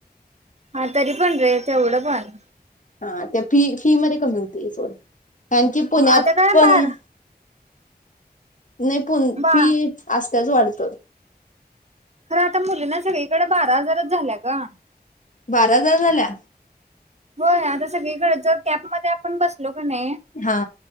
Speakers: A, on the right; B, on the left.
A: हा, तरी पण रे. तेवढं पण
B: हा, त्या फी-फी मध्ये कमी होतेय सोड. कारण की, पुण्यात
A: आता काय
B: पण
A: बार
B: नाही. पण,
A: बा
B: फी असत्याच वाढतं.
A: खरं आता मुलींना सगळीकडे बारा हजारच झाल्या ग.
B: बारा हजार झाल्या?
A: होय, आता सगळीकडे जर कॅबमध्ये आपण बसलो का नाय.
B: हा.